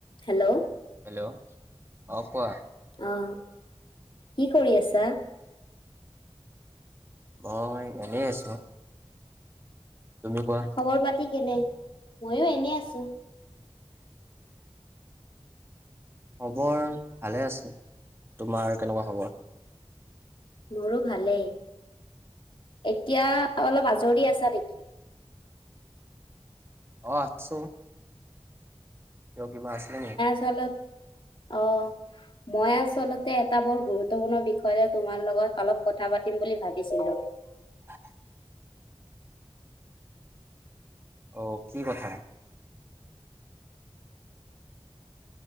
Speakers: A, on the left (about 55°); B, on the right (about 20°).
A: Hello.
B: Hello, অ' কোৱা।
A: অ' কি কৰি আছা?
B: মই এনেই আছোঁ। তুমি কোৱা?
A: খবৰ পাতি কেনে? ময়ো এনেই আছোঁ।
B: খবৰ ভালে আছে, তোমাৰ কেনেকুৱা খবৰ?
A: মোৰো ভালেই, এতিয়া অলপ আজৰি আছা নেকি?
B: অ' আছোঁ। কিয় কিবা আছিলে নেকি?
A: <unintelligible> অ'। মই আচলতে এটা বৰ গুৰুত্বপূৰ্ণ বিষয়ত তোমাৰ লগত অলপ কথা পাতিম বুলি ভাবিছিলোঁ।
B: <inaudible> অ' কি কথা?